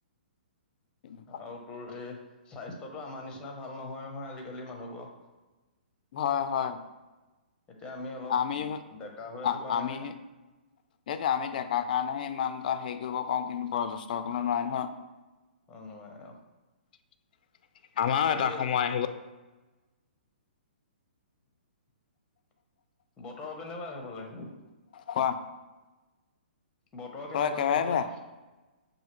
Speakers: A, on the left (about 55°); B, on the left (about 15°).
A: তেনেকুৱা।
B: আৰু তোৰ এ স্বাস্থ্যতো আমাৰ নিচিনা ভাল নহয়, নহয় আজিকালি মানুহবোৰৰ।
A: হয় হয়
B: এতিয়া অলপ
A: আমি স
B: ডেকা হৈ আছো
A: আ
B: কাৰণেহে
A: আমি সে সেই যে আমি ডেকা কাৰণেহে ইমানটো হেৰি কৰিব কওঁ কন্তু পৰা যেষ্ট সকলে নোৱাই নহয়
B: <unintelligible>
A: উ আমাৰও
B: বাকী
A: এটা সময় আহিব
B: <inaudible> বতৰ কেনেকুৱা আহেফালে
A: কোৱা
B: বতৰ কেনেকুৱা
A: একেবাৰে
B: সেইফালে
A: বেয়া